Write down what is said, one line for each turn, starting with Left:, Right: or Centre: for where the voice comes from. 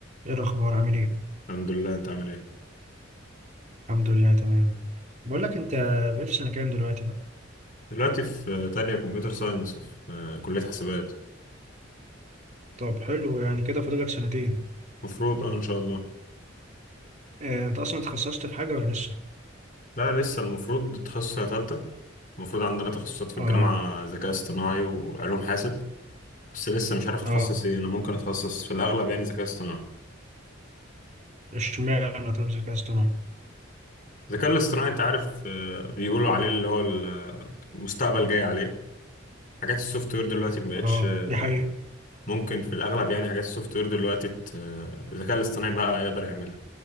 Right: ايه الاخبار عامل ايه
Left: الحمد لله انت عامل ايه
Right: الحمد لله تمام بقول لك انت بقيت في سنه كام دلوقتي بقى
Left: دلوقتي في تانية كمبيوتر ساينس في كلية حسابات
Right: طب حلو يعني كده فاضل لك سنتين
Left: مفروض اه ان شاء الله
Right: آه، انت اصلا اتخصصت في حاجه ولا لسه
Left: لا لسه المفروض تخصصها تالتة المفروض عندنا تخصصات في الجامعة
Right: اه
Left: ذكاء اصطناعي وعلوم حاسب بس لسه مش عارف اتخصص
Right: اه
Left: ايه انا ممكن اتخصص في الاغلب يعني ذكاء اصطناعي
Right: اشمعنى طب ذكاء اصطناعي
Left: الذكاء الاصطناعي انت عارف آه، بيقولوا عليه اللي هو ال- آه، المستقبل جاي عليه حاجات السوفت وير دلوقتي مبقتش
Right: اه
Left: آه،
Right: دي حقيقه
Left: ممكن في الاغلب يعني حاجات السوفت وير دلوقتي ت- آه، الذكاء الاصطناعي بقى يقدر يعملها